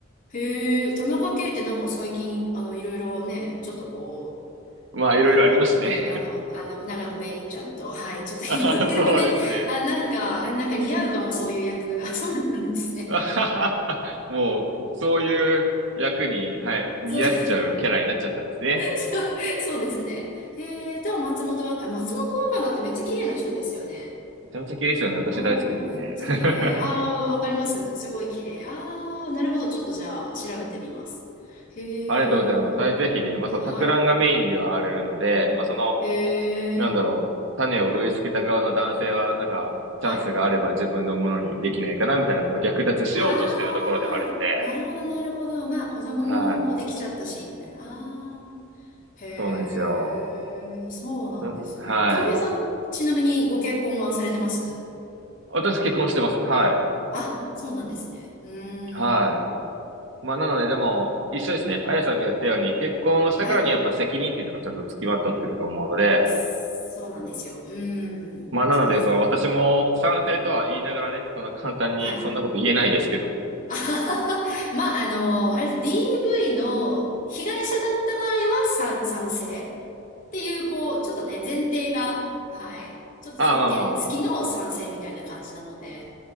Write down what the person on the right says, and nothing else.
まあ、いろいろありますね。
<laughs>
あ、そうですね。
<laughs> あはははもう、そういう役に、はい、似合っちゃうキャラになっちゃったんですね。
めちゃめちゃ綺麗ですよね。私大好きですね。
<laughs>
ありがとうございます。はい、ぜひね、まあ、
その、たくんがメインではあるので、まあ、その、
なんだろう、
種を植え付けた側の男性は、なんか、チャンスがあれば自分のものにできないかな、
みたいな、こう、略奪しようとしているところではあるので、
はい。
そうなんですよ。
んはい。
私結婚してます。はい。
はい。まあ、なので、でも、一緒ですね。あやさんが言ったように、結婚したからにやっぱ責任っていうのがちゃんと付きまとってると思うので、
まあ、なので、
その私も賛成とは言いながらね、その簡単にそんなこと言えないですけども。
ああ、まあまあ、